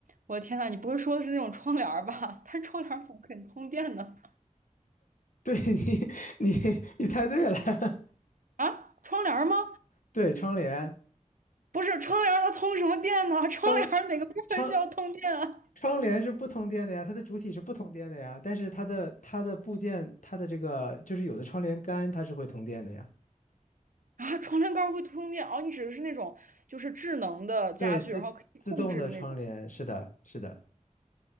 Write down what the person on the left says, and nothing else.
对 <laughs> 你，你你猜对了，<laughs>
对窗帘，
窗窗窗帘是不通电的呀，它的主体是不通电的呀，但是它的它的部件，它的这个就是有的窗帘杆它是会通电的呀，
对，自自动的窗帘，
是的，是的，